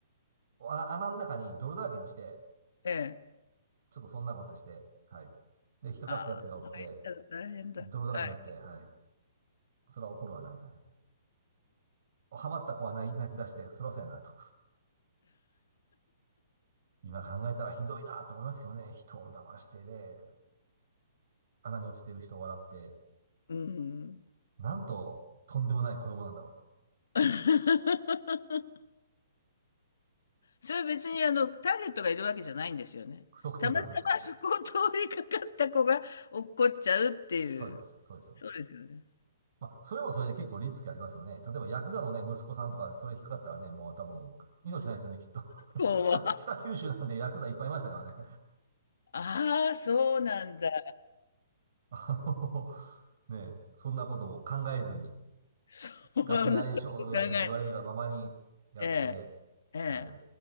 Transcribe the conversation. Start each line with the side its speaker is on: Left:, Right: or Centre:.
Right: あ穴の中に泥だらけにして、
Left: ええ。
Right: ちょっとそんなことして、はい。で、引っかかったやつがおって、
Left: ああ、入ったら大変だ。
Right: 泥だらけになって、
Left: はい。
Right: はい。それは怒るわな、みたいなやつ。ハマった子は泣き泣き出して、そろそろやな、と。今考えたらひどいな、と思いますけどね。人を騙してね、穴に落ちてる人を笑って、
Left: うん。
Right: なんと、とんでもない子供なんだろうと。
Left: <laughs> それは別にあの、ターゲットがいるわけじゃないんですよね。
Right: 不特定多数。
Left: たまたまそこを通りかかった子が落っこっちゃうっていう。
Right: そうです。そうです。そうです。
Left: そうですよね。
Right: まあ、それもそれで結構リスクありますよね。例えば、ヤクザのね、息子さんとかでそれ引っかかったらね、もう多分、命ないですよね、きっと。<laughs>
Left: こうは。
Right: 北、北九州なんでヤクザいっぱいいましたからね。
Left: ああ、そうなんだ。
Right: あの、ねえ、そんなことも考えずに、
Left: そうは、
Right: ガキ大将のやつに言われるがままにやって、
Left: なんか考え。ええ、ええ、
Right: はい。